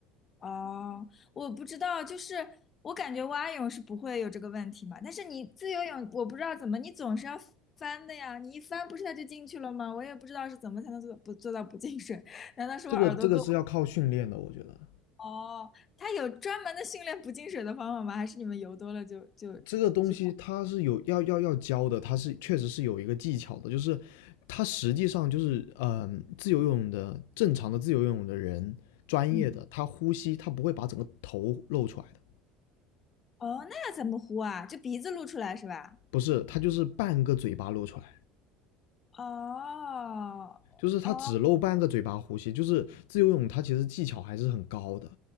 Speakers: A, on the left; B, on the left.
A: 哦，我不知道，就是我感觉蛙泳是不会有这个问题嘛，但是你自由泳，我不知道怎么，你总是要翻的呀，你一翻不是它就进去了吗？我也不知道是怎么才能做不做到不进水，<laughs> 难道是我耳朵够？
B: 这个这个是要靠训练的，我觉得
A: 哦，它有专门的训练不进水的方法吗？还是你们游多了就就知道？
B: 这个东西它是有要要要教的，它是确实是有一个技巧的，就是它实际上就是嗯、呃，自由游泳的正常的自由游泳的人，专业的他呼吸他不会把整个头露出来的，
A: 嗯，哦，那要怎么呼啊？就鼻子露出来是吧？
B: 不是，他就是半个嘴巴露出来。
A: 哦，
B: 就是他只露半个嘴巴呼吸，
A: 哦，
B: 就是自由泳，他其实技巧还是很高的，